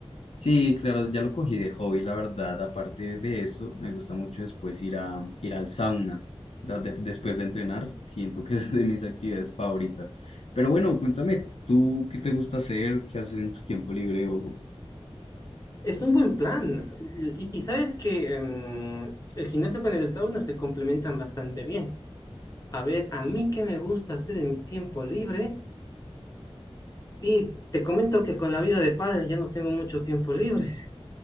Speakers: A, on the left; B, on the left.
A: Sí, claro, ya lo cogí de hobby, la verdad. Aparte de eso, me gusta mucho después ir a ir al sauna. da- de- después de entrenar, siento que es de mis actividades favoritas. Pero bueno, cuéntame, ¿tú qué te gusta hacer? ¿Qué haces en tu tiempo libre? O...
B: Es un buen plan. Y, y sabes que em, el gimnasio con el sauna se complementan bastante bien. A ver, a mí qué me gusta hacer en mi tiempo libre. Y te comento que con la vida de padre ya no tengo mucho tiempo libre.